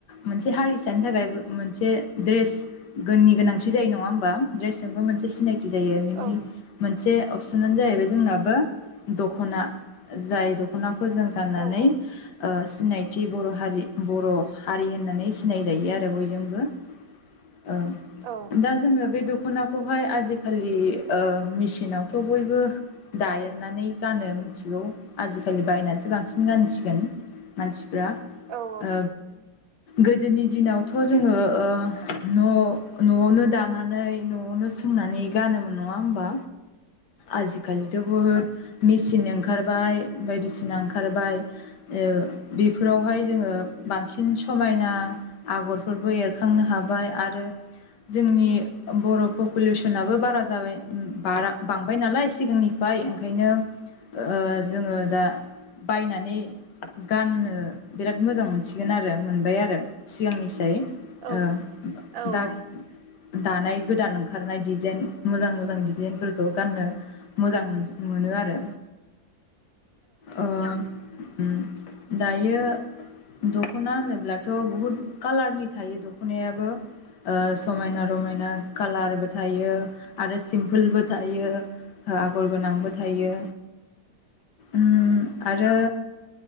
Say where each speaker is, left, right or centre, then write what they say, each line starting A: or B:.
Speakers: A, on the left; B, on the right.
A: मोनसे हारिसानि थाखाय बो मोनसे द्रेस गोननि गोनांथि जायो नङा होमबा? ड्रेसजोंबो मोनसे सिनायथि जायो बिनि
B: औ
A: मोनसे अप सनानो जाहैबाय जोंनाबो दख'ना जाय दख'ना खौ जों गाननानै
B: औ औ
A: सिनायथि बर' हारि बर' हारि होननानै सिनायजायो आरो बयजोंबो। ओं
B: औ
A: दा जोङो बे द ख'नाखौहाय आजिखालि ओ मेसिनावथ' बयबो दायोनानै गानो मिथिगौ आजिखालि बायनानैसो बांसिन गानसिगोन मानसिफ्रा
B: औ
A: ओ गोदोनि दिनाव थ' जोङो ओ न न'आवनो दानानै न'आवनो सोंनानै गानोमोन नङा होमबा। आजिखालि थ' बहुथ मेचिन ओंखारबाय बायदिसिना ओंखारबाय ओ बेफोरावहाय जोङो बांसिन समायना आगरफोरबो एरखांनो हाबाय आरो जोंनि बर' पपुलेसनाबो बारा जाबाय बारा बांबाय नालाय सिगांनिफ्राय ओंखायनो ओ जोङो दा बायनानै गाननो बिराद मोजां मोन सिगोन आरो मोनबाय आरो सिगांनिसाय। ओ
B: औ औ
A: दा
B: औ
A: दानाय गोदान ओंखारनाय डिजाइन मोजां मोजां डिजाइनफोरखौ गाननो मोजां मोनो आरो। ओ ओम दायो दख'ना होनोब्लाथ' बहुद कालारनि थायो दख'नायाबो ओ समायना रमायना कालार थायो आरो सिमपोलबो थायो ओ आगर गोनांबो थायो। उम आरो